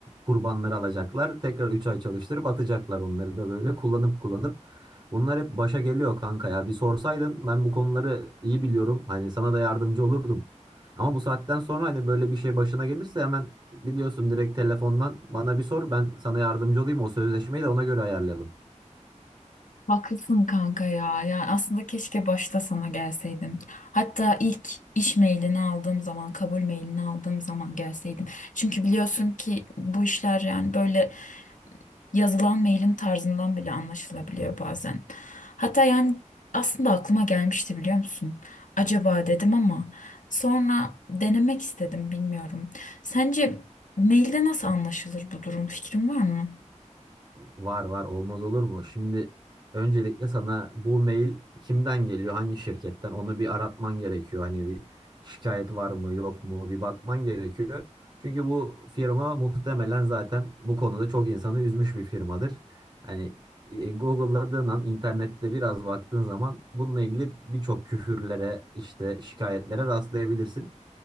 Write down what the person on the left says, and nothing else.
Haklısın kanka ya. Yani aslında keşke başta sana gelseydim. Hatta ilk iş mailini aldığım zaman, kabul mailini aldığım zaman gelseydim. Çünkü biliyorsun ki bu işler yani böyle yazılan mailin tarzından bile anlaşılabiliyor bazen. Hatta yani aslında aklıma gelmişti biliyor musun? Acaba dedim ama sonra denemek istedim bilmiyorum. Sence mailde nasıl anlaşılır bu durum? Fikrin var mı?